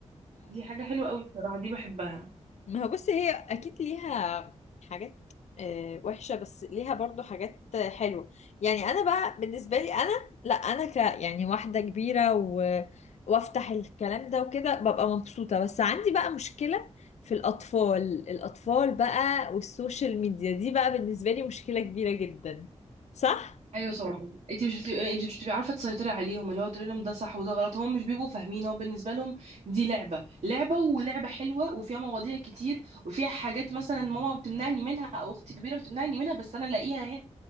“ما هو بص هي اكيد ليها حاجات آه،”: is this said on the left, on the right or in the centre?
Left